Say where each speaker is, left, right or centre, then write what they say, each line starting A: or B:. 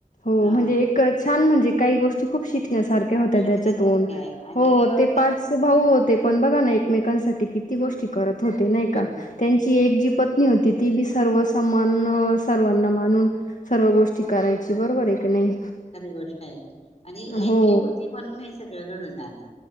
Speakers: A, on the left; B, on the left.
A: हो
B: हा
A: म्हणजे एक छान म्हणजे काही गोष्टी खूप शिकण्यासारख्या होत
B: शिकण्यासारखे
A: त्याच्यातून
B: आहे आणि
A: हो ते पाच भाऊ होते. आपण बघा ना एकमेकांसाठी किती गोष्टी करत. हो नाही
B: त्यात
A: का त्यांची एकी जी प होती ती बी सर्व समान सर्वांना मानून सर्व गोष्टी करायची बरोबर आहे की नाही?
B: खरे गोष् ष्टीआणि एकही
A: हो
B: होती म्हणून सगळं घडून आलं.